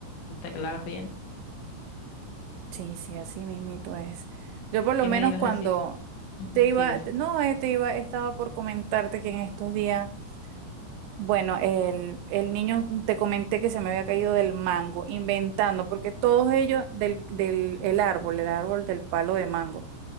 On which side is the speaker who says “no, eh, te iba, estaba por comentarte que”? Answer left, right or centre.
Right